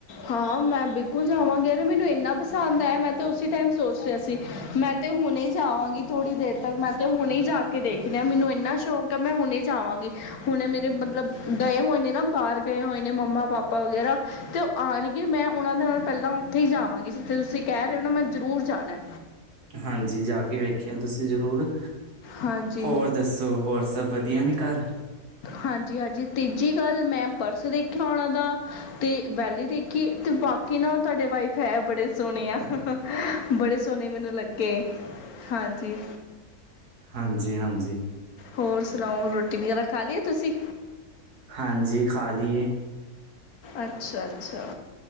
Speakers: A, on the left; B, on the right.
A: ਹਾਂ, ਮੈਂ ਬਿਲਕੁਲ ਜਾਵਾਂਗੀ। ਅਰੇ ਮੈਨੂੰ ਇੰਨਾ ਪਸੰਦ ਆਇਆ ਮੈਂ ਤੇ ਉਸ ਟਾਈਮ ਸੋਚ ਲਿਆ ਸੀ। ਮੈਂ ਤੇ ਹੁਣੇ ਜਾਵਾਂਗੀ ਥੋੜ੍ਹੀ ਦੇਰ ਤੱਕ। ਮੈਂ ਤੇ ਹੁਣੇ ਜਾ ਕੇ ਦੇਖਨੈ। ਮੈਨੂੰ ਇੰਨਾ ਸ਼ੌਕ ਹੈ ਮੈਂ ਹੁਣੇ ਜਾਵਾਂਗੀ। ਹੁਣੇ ਮੇਰੇ ਮਤਲਬ ਗਏ ਹੋਏ ਨੇ ਨਾ ਬਾਹਰ ਗਏ ਹੋਏ ਨੇ। ਮੰਮਾ- ਪਾਪਾ ਵਗੈਰਾ ਤੇ ਆਣਗੇ, ਮੈਂ ਉਹਨਾਂ ਦੇ ਨਾਲ ਪਹਿਲਾਂ ਉੱਥੇ ਹੀ ਜਾਵਾਂਗੀ। ਜਿੱਥੇ ਤੁਸੀਂ ਕਹਿ ਰਹੇ ਹੋ ਨਾ ਮੈਂ ਜ਼ਰੂਰ ਜਾਣੈ।
B: ਹਾਂਜੀ, ਜਾ ਕੇ ਵੇਖਿਓ ਤੁਸੀਂ ਜ਼ਰੂਰ।
A: ਹਾਂਜੀ
B: ਹੋਰ ਦੱਸੋ ਹੋਰ ਸਭ ਵਧੀਆ ਨੇ ਘਰ?
A: ਹਾਂਜੀ-ਹਾਂਜੀ। ਤੀਜੀ ਗੱਲ ਮੈਂ ਪਰਸ ਦੇਖਿਆ ਉਹਨਾਂ ਦਾ ਤੇ ਵੈਲੀ ਦੇਖੀ ਤੇ ਬਾਕੀ ਨਾ ਤੁਹਾਡੇ ਵਾਈਫ ਹੈ ਬੜੇ ਸੋਹਣੇ ਆ। ਬੜੇ ਸੋਹਣੇ ਮੈਨੂੰ ਲੱਗੇ। ਹਾਂਜੀ।
B: ਹਾਂਜੀ-ਹਾਂਜੀ।
A: ਹੋਰ ਸੁਣਾਓ ਰੋਟੀ ਵਗੈਰਾ ਖਾ ਲਈਏ ਤੁਸੀਂ?
B: ਹਾਂਜੀ। ਖਾ ਲੀਏ।
A: ਅੱਛਾ-ਅੱਛਾ।